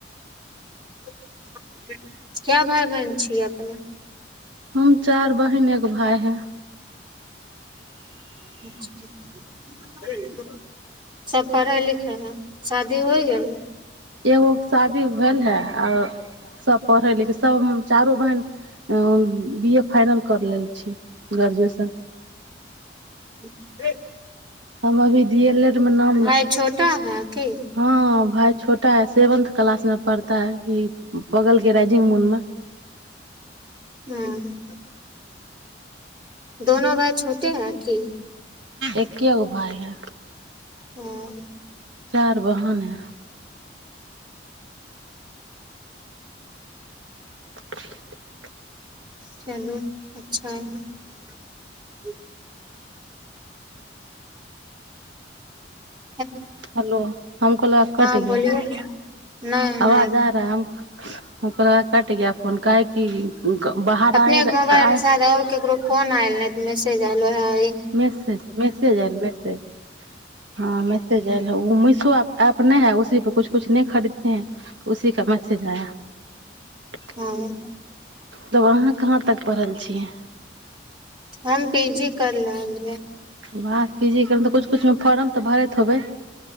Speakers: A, on the right (about 25°); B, on the right (about 85°).
A: <unintelligible> क्या भााय बहिन छीियै अपने
B: हम चार बहिन एक भाय है
A: चछा सभ पढ़ै लिखै हइ शादी होइ गेलै
B: एगो शादी भेल हे आओर सपरल कि सब हम चारो बहिन बी ए फाइनल करि लेल छी ग्रेजुएशन
A: र
B: हम अभी दल मे नाम
A: भाय छोटा है की
B: हँ भाय छोटा है सेवन्थ क्लास मे पढ़त त ई बगल गेल राजजी मुर्म
A: हँ दोनो भाइ छोट सुतले हे कि
B: एकेगो भाय है
A: हँ
B: चार बहन हे <unintelligible>
A: चलू अच्छा हे ह
B: हलो हमको लगा कट
A: हँ बोलियौ
B: ग
A: नय नय
B: आवाज आ रहा है कट गया‌ फोन काहे‌‌ कि क बाहर
A: अपने
B: आए
A: के मोबाइल
B: आए
A: मे शायद और केकरो फोन आएल नहि तऽ मे मैसज आयलो हे
B: मेसेज मेसेज आयल मेसेज हँ मेसेज आयल‌ हे उ मिस सप अपने है उसी पर कुछ कुछ नहि खरीदते है उसी का मैसज आया है
A: हँ
B: तऽ वहाँ कहाँ तक पढ़ल छियै
A: हम बिजी कर रहल
B: बड़‌ बीजी तऽ कुछ कुछ मे फॉर्म तऽ भरैत होबै